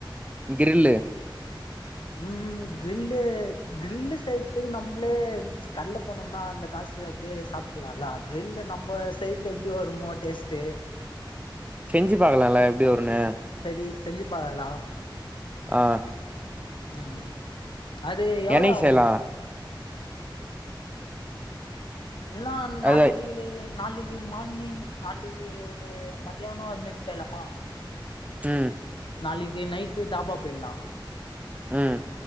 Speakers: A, on the right; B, on the left.
A: கிரில்லு
B: உம் கிரில்லு கிரில்லு செய்யத்துக்கு நம்ளே கட்ல போனம்னா அந்த காசு அப்டியே சாப்ட்டுலால்ல கிரில்லு நம்ப செய்ர்து எப்டி வருமோ டேஸ்ட்டு
A: செஞ்சி பாக்கலால எப்டி வருனு
B: சரி செஞ்சிப் பாக்கலா
A: ஆ
B: ம் ம் அது எவ்வளோ
A: எண்ணெய்
B: ஆகு
A: செய்யலா
B: என்னா நாளைக்கீ
A: அதா
B: நாளைக்கி மார்னிங் காலைலியே ஒரு மத்தியானோ அதுமாரி செய்யலாமா
A: ம்
B: நாளிக்கு நைட்டு தாபா போயிட்லா
A: ம்